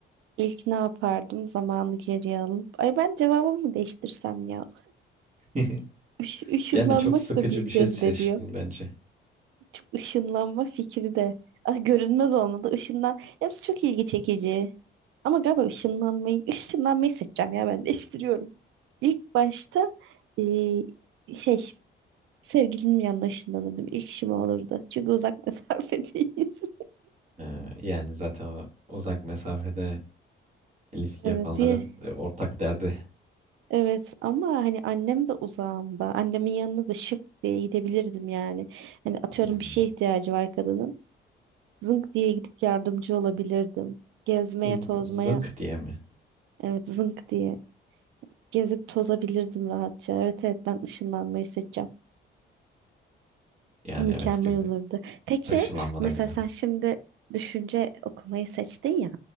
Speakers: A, on the right (about 75°); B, on the right (about 35°).
A: ilk ne yapardım zamanı geriye alıp. Ay ben cevabımı değiştirsem ya.
B: <laughs>
A: Iş, ışınlanmak
B: Yani çok sıkıcı
A: da bir
B: bir şey
A: cezbediyor.
B: seçtin bence.
A: Çok ışınlanma fikri de. Ah, görünmez olmadı. Işınlan. Hepsi çok ilgi çekici. Ama galiba ışınlanmayı, ışınlanmayı seçeceğim ya ben değiştiriyorum. İlk başta eee, şey sevgilimin yanına ışınlanırdım. İlk işim o olurdu. Çünkü uzak <laughs> mesafedeyiz.
B: Ee, yani zaten o- uzak mesafede İlişki
A: Evet,
B: yapanların
A: diye.
B: e, ortak derdi.
A: Evet ama hani annem de uzağımda. Annemin yanına da şık diye gidebilirdim yani. Hani atıyorum
B: Hmm.
A: bir şeye ihtiyacı var kadının. Zınk diye gidip yardımcı olabilirdim. Gezmeye,
B: Z-
A: tozmaya.
B: Zınk diye mi?
A: Evet zınk diye. Gezip tozabilirdim rahatça. Evet evet ben ışınlanmayı seçeceğim.
B: Yani
A: Mükemmel
B: evet güzel.
A: olurdu. Peki
B: Işınlanma
A: mesela
B: da güzel.
A: sen şimdi düşünce okumayı seçtin ya.